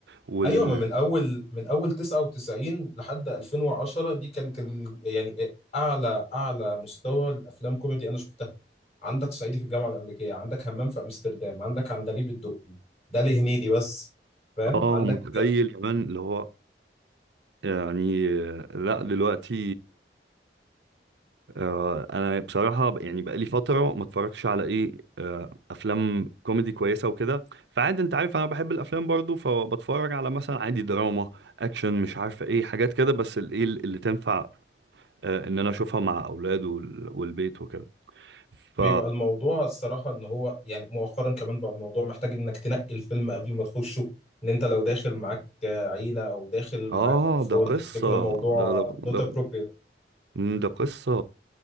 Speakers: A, on the right; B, on the left.
A: وال
B: ايوه ما من اول من اول 99 لحد 2010 دي كانت ال... يعني اعلى اعلى مستوى الافلام كوميدي انا شفتها عندك صعيدي في الجامعة الامريكية عندك همام في امستردام عندك عندليب الدقي ده لهنيدي بس فاهم
A: آه
B: عندك
A: متخيل كمان اللي هو يعني آه، لا دلوقتي آه، انا بصراحه ب- يعني بقالي فتره ما اتفرجش على ايه آه، افلام كوميدي كويسه وكده فعادي انت عارف انا بحب الافلام برضو فبتفرج على مثلا عادي دراما اكشن مش عارفه ايه حاجات كده بس الايه اللي تنفع آه، ان انا اشوفها مع اولاد وال- والبيت وكده ف
B: بيبقى الموضوع الصراحة إن هو يعني مؤخرا كمان بقى الموضوع محتاج إنك تنقي الفيلم قبل ما تخشه إن أنت لو داخل معاك آه، عيلة أو داخل معاك
A: اه
B: أطفال
A: ده
B: ممكن
A: قصه
B: يكون الموضوع
A: ده ده
B: not
A: ده,
B: appropriate
A: مم، ده قصه